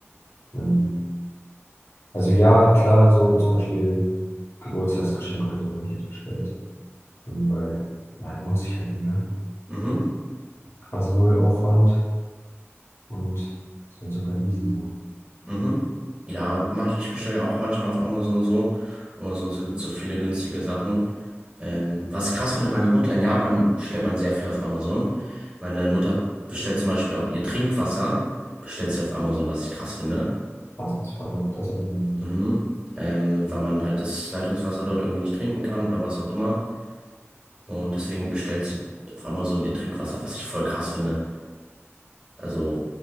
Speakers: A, on the left (about 60°); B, on the right (about 25°).
A: Ähm, also ja, klar, so zum Beispiel Geburtstagsgeschenk oder so habe ich jetzt bestellt. Ähm, weil, ja, lohnt sich halt mega.
B: mhm.
A: Quasi null Aufwand und ist halt super easy so.
B: Mhm. Ja, mach ich, ich bestelle ja auch manchmal auf Amazon so. Amazon so gibt's so viele günstige Sachen. Ähm, was ich krass finde, meine Mutter in Japan bestellt man sehr viel auf Amazon. Meine Mutter bestellt zum Beispiel auch ihr Trinkwasser, bestellt sie auf Amazon, was ich krass finde.
A: Das ist verrückt, das habe ich,
B: Mhm. Ähm, weil man halt das Leitungswasser dort irgendwie nicht trinken kann oder was auch immer. Und deswegen bestellt sie auf Amazon ihr Trinkwasser, was ich voll krass finde. Also